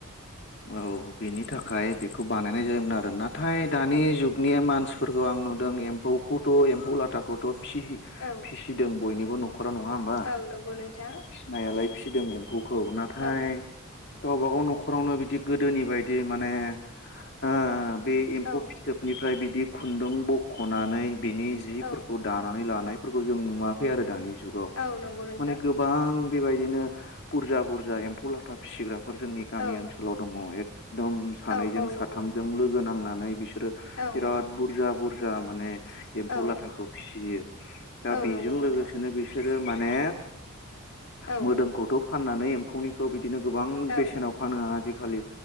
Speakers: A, on the left (about 55°); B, on the left (about 85°).
A: औ बेनि थाखाय बेखौ बानायनाय जायोमोन आरो। ना थाय दानि
B: औ
A: जुगनि मानसिफोरखौ आं नुदों एम्फौखौथ' एम्फौ लाथाखौथ' फि-फिसिदों
B: औ
A: बयनिबो न'खरा नङा होनबा?
B: औ नंगौ नोंथां
A: फिसिनायालाय फिदों एम्फौखौ। नाथाय
B: औ
A: गावबागाव न'खरावनो बिदि गोदोनि बायदि माने ओ बे एम्फौ
B: औ
A: फिथोबनिफ्राय बिदि खुन्दुं बख'नानै बिनि जिफोरखौ
B: औ
A: दानानै लानाय फोरखौ जों नुवाखै आरो दानि जुगाव।
B: औ नंगौ नोंथां
A: माने गोबां बेबायदिनो बुरजा बुरजा रजा एम्फौ लाथा फिसिग्राफोर जोंनि गामि
B: औ
A: ओनसोलाव दङ'। ए एकदम सानैजों
B: औ औ नंगौ
A: साथामजों
B: नोंथां
A: लोगो नांनानै बिसोरो
B: औ
A: बिराद बुरजा बुरजा माने
B: औ
A: एम्फौ लाथाखौ फिसियो। दा
B: औ
A: बेजों
B: नंगौ नोंथां
A: लोगोसेनो बिसोरो माने
B: औ
A: मोदोमखौथ' फाननानै एम्फौनिखौ बिदिनो गोबां
B: औ
A: बेसेनाव फानो आजिखालि